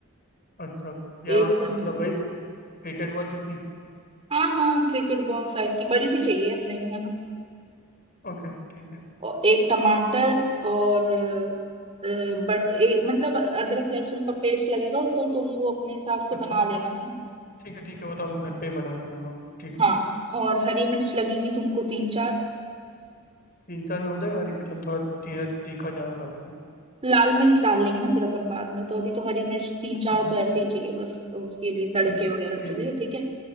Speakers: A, on the left; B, on the right.
A: अच्छा प्याज
B: एक टमाटर
A: मतलब वही क्रिकेट बॉल जितनी
B: हाँ हाँ क्रिकेट बॉल साइज की बड़ी सी चाहिए अपने को है ना
A: ओके ठीक है
B: और एक टमाटर और अ, अ, बट ए, मतलब अदरक लहसुन का पेस्ट लगेगा तो तुम वो अपने हिसाब से
A: अच्छा
B: बना लेना है ना
A: ठीक है ठीक है वो तो हम घर पे ही बनाते हैं हाँ ठीक
B: हाँ
A: है
B: और हरी मिर्च लगेंगी तुमको तीन चार
A: तीन चार में हो जाएगा हरी मिर्च हम थोड़ा तीखा तीखा ज़्यादा खाते हैं हम
B: लाल मिर्च डाल लेंगे ना फिर अपन बाद में तो अभी तो हरी मिर्च तीन
A: अच्छा
B: चार तो ऐसे ही चाहिए बस उसके लिए तड़के
A: ठीक
B: वगैरह
A: है ठीक
B: के लिए
A: है
B: ठीक है